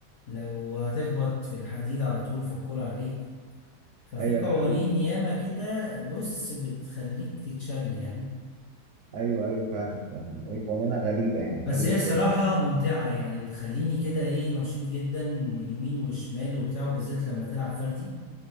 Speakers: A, on the left; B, on the right.
A: لو هتخبط في الحديد على طول فالكرة عليك ففي
B: ايوه
A: قوانين
B: ده حقيقي
A: ياما كده بص بتخليك تتشل يعني
B: ايوه ايوه فعلا يعني هي قوانينها غريبه
A: <laughs>
B: يعني
A: بس
B: غريبه
A: هي
B: شويتين
A: صراحة ممتعة يعني بتخليني كده ايه نشيط جدا يمين وشمال وبتاع بالذات لما تلعب فردي